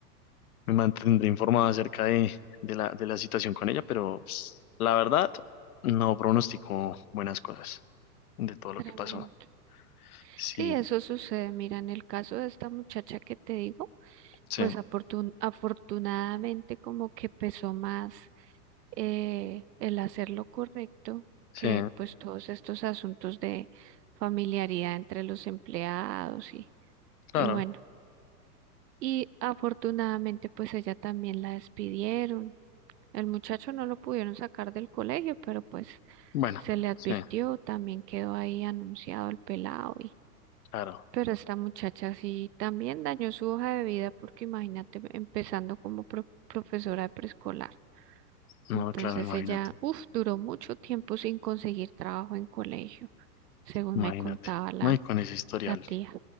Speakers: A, on the left (about 65°); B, on the right (about 85°).
A: me mantendré informado acerca de, de la, de la situación con ella, pero pues, la verdad, no pronostico buenas cosas de todo lo
B: Tremendo.
A: que pasó. Sí,
B: Sí, eso sucede. Mira, en el caso de esta muchacha que te digo,
A: sí,
B: pues afortun- afortunadamente como que pesó más eh, el hacer lo correcto
A: sí,
B: que pues todos estos asuntos de familiaridad entre los empleados y,
A: claro.
B: y bueno, y afortunadamente pues ella también la despidieron. El muchacho no lo pudieron sacar del colegio, pero pues
A: Bueno,
B: se le advirtió,
A: sí,
B: también quedó ahí anunciado el pelado
A: claro.
B: pero esta muchacha sí también dañó su hoja de vida porque imagínate empezando como pro- profesora de preescolar.
A: No,
B: Entonces
A: claro, imagínate,
B: ella, uff, duró mucho tiempo sin conseguir trabajo en colegio, según
A: imagínate.
B: me contaba la,
A: No, y con ese historial.
B: la tía.